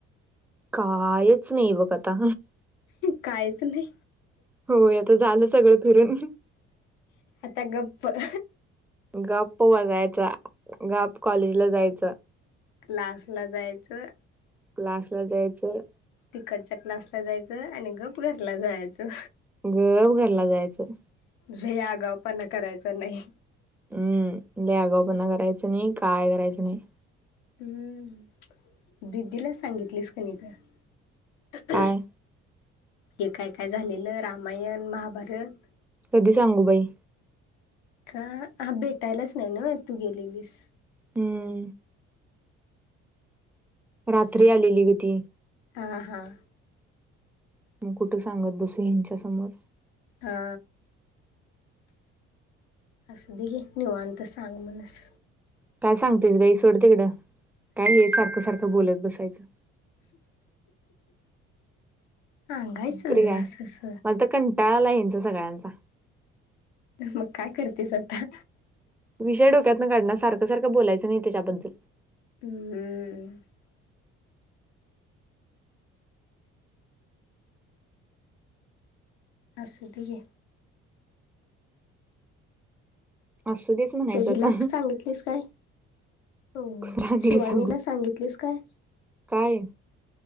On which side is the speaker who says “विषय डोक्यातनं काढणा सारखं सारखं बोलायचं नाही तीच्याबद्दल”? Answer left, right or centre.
Centre